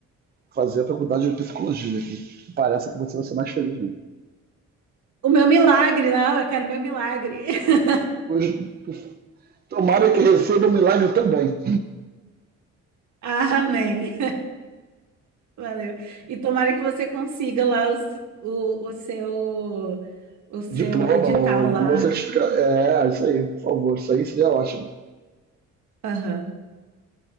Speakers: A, on the right; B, on the right.
A: fazer a faculdade de psicologia, que parece que você vai ser mais feliz mesmo.
B: O meu milagre, não, eu quero meu milagre. <laughs>
A: Hoje, Tomara que receba um milagre também.
B: Amém. Valeu. E tomara que você consiga lá o, s- o, o seu o seu
A: Diploma
B: edital
A: ou alguma
B: lá.
A: certificação. É, isso aí, por favor. Isso aí seria ótimo.
B: Aham.